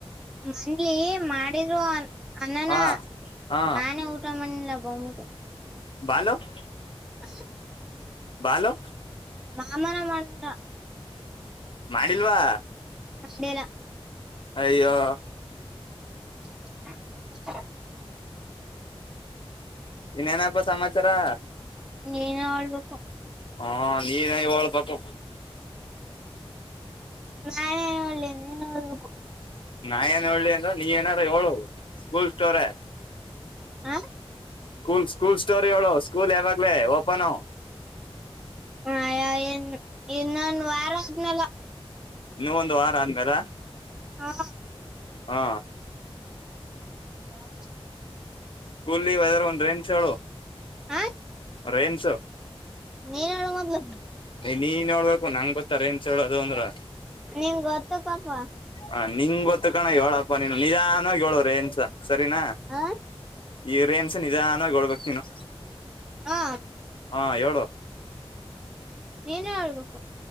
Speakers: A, in the centre; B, on the left (about 55°).
A: ಮಂದಿ ಮಾಡಿದೋವ್ ಅಂಡೆನ
B: ಹ ಹಾ
A: ನಾನೇ ಊಟ ಮಾಡಿಲ್ಲ ಬಂದಬಿಟ್ಟು.
B: ಬಾಳು -
A: ಹ್ಮ್
B: ಬಾಳು -
A: ಮಾಮನ ಮಾಡಿದ.
B: ಮಾಡಿಲ್ವಾ?
A: <inaudible>
B: ಅಯ್ಯೋ
A: <unintelligible>
B: ಇನ್ನೇನಪ್ಪಾ ಸಮಾಚಾರ -
A: ನೀನೆ ಹಳ್ಬೇಕು.
B: ಹಾ ನೀವೇ ಹೇಳ್ಬೇಕು.
A: ನಾ ಎನ್ ಹೇಳಿ ನೀನೇ ಹೇಳ್ಬೇಕು.
B: ನಾ ಏನ್ ಹೇಳಿ ಅಂದ್ರ ನೀ ಏನಾರ ಹೇಳು ಸ್ಕೂಲ್ ಸ್ಟೋರಿ.
A: ಹಾ
B: ಸ್ಕೂಲ್ ಸ್ಕೂಲ್ ಸ್ಟೋರಿ ಹೇಳು ಸ್ಕೂಲ್ ಯಾವಾಗ್ಲೇ ಓಪನ್
A: <inaudible> ಇನ್ನೊಂದ ವಾರ ಅದ್ನೆಲ್ಲಾ.
B: ಇನ್ನು ಒಂದು ವಾರ ಆದ್ಮೇಲ -
A: ಹಾ
B: ಹಾ
A: <unintelligible>
B: ಕೂಲಿ ವೆದರ್ ಒಂದ್ ರೆಂಚ್ ಹೇಳು.
A: ಹ
B: ರೇನ್ಸ
A: ನೀನ್ ಹೇಳ ಮೊದಲ
B: ನೀನ್ ಹೇಳ್ಬೇಕು ನಂಗ ಗೊತ್ತಾರ ನ್ಂತ ಹೇಳೋದು ಅಂದ್ರ <inaudible>
A: ನಿನ್ ಗೊತ್ತು ಪಾಪ
B: ಹ ನಿಂಗ ಗೊತ್ತ ಕಣ ಳ ನೀ ನಿಜಾನ ಹೇಳೋವ್ರ ಏನ್ಸ ಸರಿನಾ
A: ಹ
B: ಈ ರೇಮಸ ನಿಧಾನವಾಗಿ ಹೇಳಬೇಕು ನೀನು
A: ಹ
B: ಹಾ ಹೇಳ
A: ನೀನ ಆಳ್ಬೇಕು